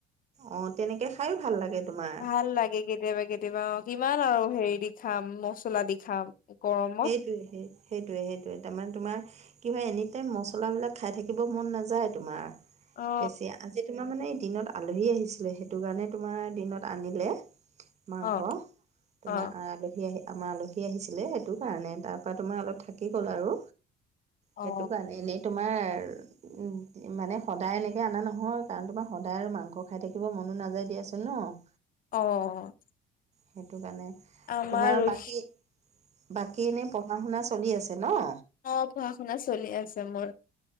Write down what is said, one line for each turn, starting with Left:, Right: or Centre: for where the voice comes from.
Right: অ', তেনেকে খাইও ভাল লাগে। তোমাৰ
Left: ভাল লাগে কেতিয়াবা কেতিয়াবা অ', কিমান আৰু হেৰি দি খাম মচলা দি খাম। গৰমত।
Right: সেইটোৱে সেই-সেইটোৱে সেইটোৱে তাৰমানে তোমাৰ কি হয় এনি টাইম মছলাাবলাক খাই থাকিব মন নাযায় তোমাৰ
Left: অ
Right: বেছি, আজি তোমাৰ মানে দিনত আলহী আহিছিলে সেইটো কাৰণে তোমাৰ দিনত আনিলে। মাংস,
Left: অ
Right: তোমাৰ
Left: অ
Right: আলহী আহি আমাৰ আলহী আহিছিলে। সেইটো কাৰণে তাৰ পৰা তোমাৰ অলপ থাকি গ'ল আৰু
Left: অ
Right: সেইটো কাৰণে, এনেই তোমাৰ উম, মানে সদায় এনেকে অনা নহয় কাৰণ, তোমাৰ সদায় আৰু মাংস খাই থাকিব মনো নাযায় দিয়াচোন ন'। <inaudible>
Left: অ'।
Right: সেইটো কাৰণে।
Left: আমাৰো
Right: তোমাৰ বাকী বাকী এনেই পঢ়া-শুনা চলি আছে ন'?
Left: অ', পঢ়াশুনা চলি আছে মোৰ,